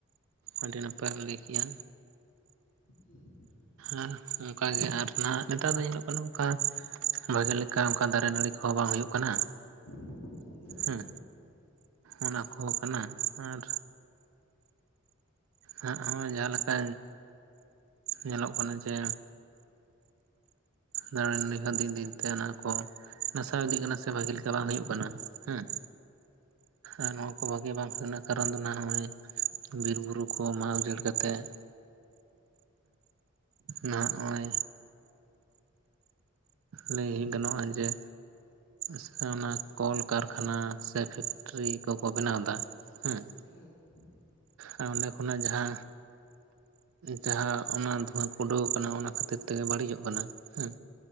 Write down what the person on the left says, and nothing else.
ᱦᱩᱸ
<unintelligible>
ᱦᱩᱸ